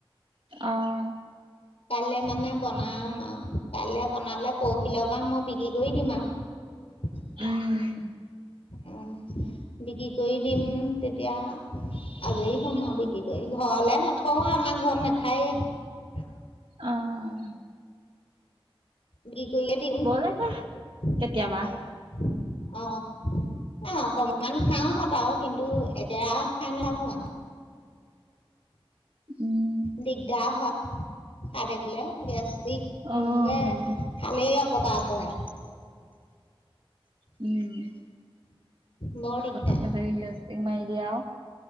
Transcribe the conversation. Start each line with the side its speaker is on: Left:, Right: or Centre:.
Right: অঁ
Left: কাইলৈ মানে বনাম আৰু কাইলৈ বনালে পৰহিলৰ পৰা মই বিক্ৰী কৰি দিম আৰু। হয়।
Right: উম
Left: উম বিক্ৰী কৰি দিম। তেতিয়া- আজৰি হম আৰু বিক্ৰী কৰি ঘৰলে নথওঁ আমাৰ ঘৰত নাখায়ে।
Right: অঁ
Left: কি কৰিয়ে দিম।
Right: লাগে কেতিয়াবা
Left: অঁ অঁহ। অকণমান খাওঁ হত আৰু। কিন্তু একে ৰাহে খাই নেথাকো। কোৱা?
Right: উম
Left: দিগদাৰ হয় একেৰাহে খাই থাকিলে গেছ-
Right: অ
Left: হয়
Right: এইবোৰ
Left: খালেই অপকাৰ কৰে।
Right: উম।
Left: বৰ দিগদাৰ
Right: পটকৈ গেছটিক মাৰি দিয়ে আৰু।